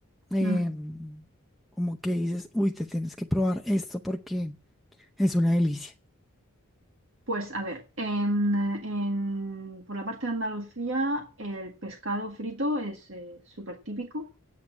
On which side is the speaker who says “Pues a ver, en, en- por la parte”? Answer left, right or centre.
Right